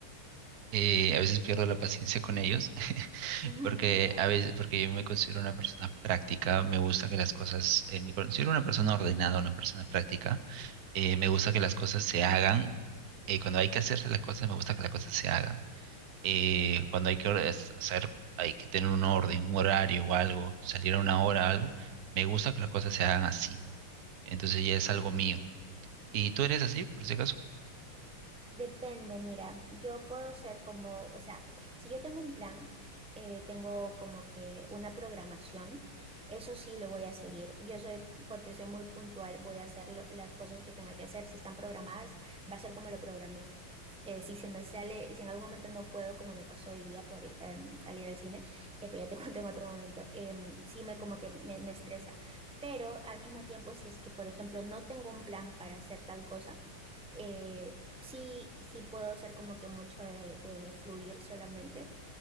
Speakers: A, on the right; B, in the centre.
A: Eh, a veces pierdo la paciencia con ellos, <laughs>
B: <laughs>
A: porque
B: Ya.
A: a veces, porque yo me considero una persona práctica, me gusta que las cosas, eh, me considero una persona ordenada, una persona práctica. Eh, me gusta que las cosas se hagan. eh, cuando hay que hacerse las cosas, me gusta que las cosas se hagan eh, cuando hay que or- es- hacer, hay que tener un orden, un horario o algo, salir a una hora, algo, me gusta que las cosas se hagan así. Entonces ya es algo mío. ¿Y tú eres así, por si acaso?
B: Depende, mira, yo puedo ser como, o sea, si yo tengo un plan, eh, tengo como que una programación, eso sí lo voy a seguir. Yo soy, porque soy muy puntual, voy a hacer lo- las cosas que tenga que hacer. Si están programadas, va a ser como lo programé. Eh, si se me sale, si en algún momento no puedo, como me pasó hoy día por, em, al ir al cine, eh, pero ya te <laughs> cuento en otro momento, em, sí me como que me me estresa. Pero al mismo tiempo, si es que, por ejemplo, no tengo un plan para hacer tal cosa, eh, sí, sí puedo ser como que mucho de, de fluir solamente.